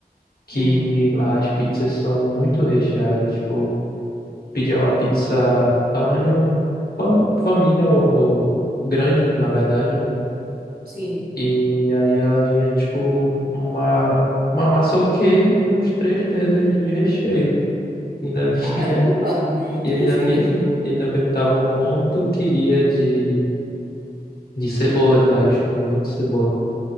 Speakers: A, on the left (about 70°); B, on the right (about 70°).
A: que
B: Uhum,
A: lá as pizzas são muito recheadas. Tipo, pedir uma pizza tamanho fam- família ou, ou grande, na verdade, né?
B: sim.
A: E aí ela vinha, tipo, uma, uma massa ok e uns três dedos de recheio. Ainda <laughs> vinha.
B: Caramba, muito
A: E eles
B: recheio.
A: ainda pediam, eles ainda perguntavam como tu queria de, de cebola, que lá eles comem muito cebola.